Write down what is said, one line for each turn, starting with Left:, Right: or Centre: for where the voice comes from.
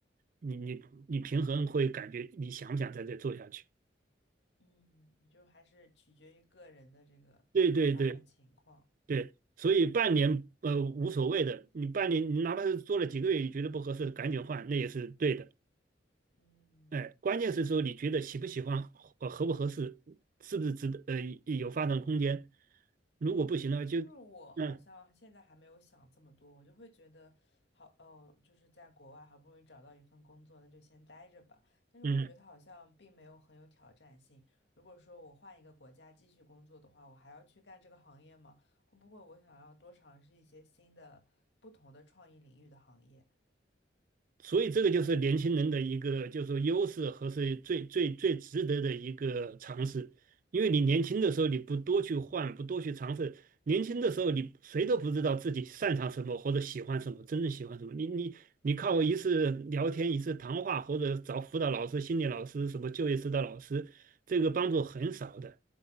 Right: 你你你平衡会感觉你想不想在这做下去？
Left: 嗯，就还是取决于个人的这个发展情况。
Right: 对对对对，所以半年呃无所谓的，你半年你哪怕是做了几个月，你觉得不合适，赶紧换，那也是对的。
Left: 嗯。
Right: 哎，关键是说你觉得喜不喜欢，呃，合不合适，是不是值得，呃，有发展空间。如果不行的话，
Left: 就是我好像现在还没有想这么多，
Right: 就，嗯
Left: 我就会觉得好，呃，就是在国外好不容易找到一份工作，那就先待着吧。但是我又觉得它好像并没有很有挑战性。
Right: 嗯，
Left: 如果说我换一个国家继续工作的话，我还要去干这个行业吗？会不会我想要多尝试一些新的、不同的创意领域的行业？
Right: 所以这个就是年轻人的一个，就是说优势和是最最最值得的一个尝试。因为你年轻的时候你不多去换，不多去尝试，年轻的时候你谁都不知道自己擅长什么或者喜欢什么，真正喜欢什么。你你你靠一次聊天，一次谈话，或者找辅导老师、心理老师、什么就业指导老师，这个帮助很少的。